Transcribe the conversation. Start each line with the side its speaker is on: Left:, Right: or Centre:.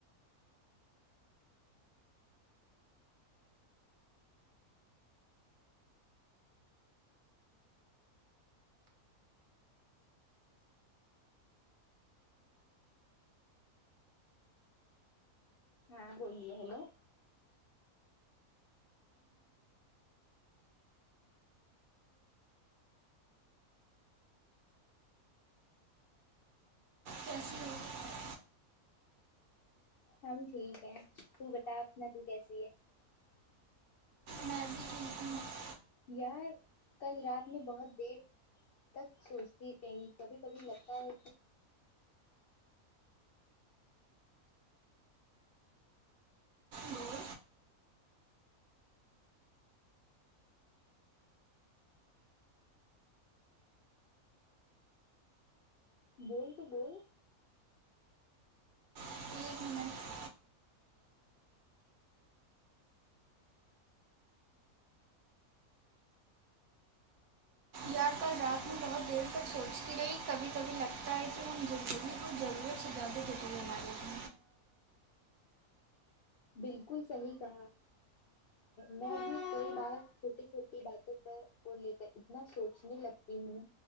Left: ہاں بولیے ہیلو
Right: جس <unintelligible>
Left: ہم ٹھیک ہے تو بتا اپنا تو کیسی ہے
Right: میں بھی ٹھیک ہوں
Left: یار کل رات میں بہت دیر تک سوچتی رہی کبھی کبھی لگتا ہے کہ
Right: بول
Left: بول تو بول
Right: ایک منٹ یار کال رات میں بہت دیر تک سوچتی رہی کبھی کبھی لگتا ہے کہ زندگی کو ضرورت سے زیادہ جٹلے بنا دیتے
Left: بالکل صحیح کہا میں بھی کئی بار چھوٹی چھوٹی باتوں پر کو لے کر اتنا سوچنے لگتی ہوں